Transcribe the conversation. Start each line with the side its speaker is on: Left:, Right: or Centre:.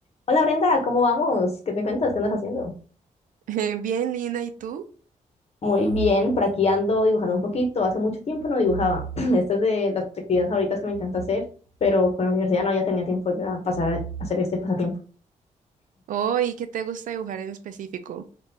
Left: Hola Brenda, ¿cómo vamos? ¿Qué me cuentas? ¿Qué andas haciendo?
Right: <laughs> Bien, Lina, ¿y tú?
Left: Muy bien, por aquí ando dibujando un poquito. Hace mucho tiempo no dibujaba. <clears throat> Esta es de las actividades favoritas que me encanta hacer, pero por la universidad no había tenido tiempo para pasar a hacer este pasatiempo.
Right: Oh, ¿y qué te gusta dibujar en específico?